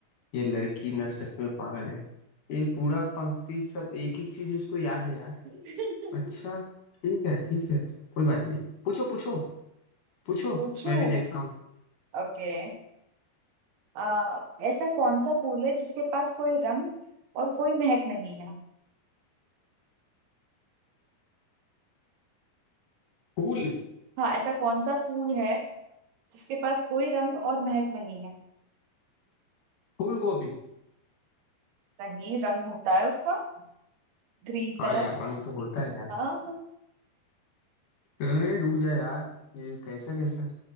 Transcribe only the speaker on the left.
ये लड़की ना सच में पागल है ये पूरा पंक्ति सब एक एक चीज इसको याद है यार
अच्छा ठीक है ठीक है कोई बात नहीं पूछो पूछो पूछो
मैं भी देखता हूँ
फूल
फूल गोभी
हाँ
यार रंग तो होता है यार
ए, रुक जा यार ये कैसा कैसा